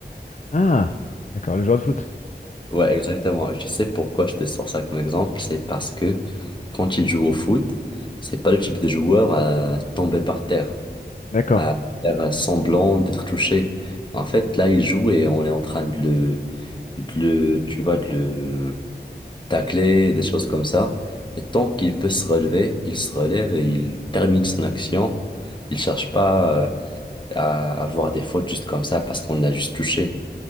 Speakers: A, on the left; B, on the left.
A: Ah, d'accord, le joueur de foot.
B: Ouais, exactement. Je sais pourquoi je te sors ça comme exemple. C'est parce que quand il joue au foot, c'est pas le type de joueur à tomber par terre,
A: D'accord,
B: à faire semblant d'être touché. En fait, là, il joue et on est en train de le, de le, tu vois, de le tacler, des choses comme ça. Et tant qu'il peut se relever, il se relève et il termine son action. Il cherche pas euh, à avoir des fautes juste comme ça parce qu'on l'a juste touché.